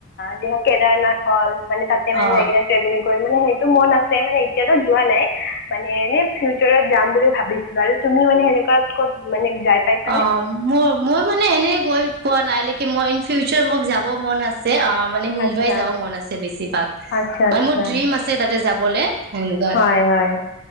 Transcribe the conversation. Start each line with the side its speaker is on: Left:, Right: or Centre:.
Left: যেনে কেদাৰনাথ হ'ল মানে তাতে মানে
Right: অ
Left: যায় কেনে ট্ৰেভেলিং মানে সেইটো মন আছে মানে এতিয়াতো যোৱা নাই মানে এনেই ফিউচাৰত যাম বুলি ভাবিছিলোঁ আৰু তুমি মানে সেনেকুৱাত ক'ত মানে যাই পাইছানে
Right: অ', মই, মই মানে এনে গৈ পোৱা নাই <unintelligible> মই ইন ফিউচাৰ মোক যাব মন আছ অ', মানে মুম্বাই‌
Left: আচ্ছা,
Right: যাব মন আছে বেছিভাগ,
Left: আচ্ছা, আচ্ছা,
Right: মোৰ ড্ৰীম আছে তাতে যাবলে এনেকুৱা।
Left: হয়, হয়,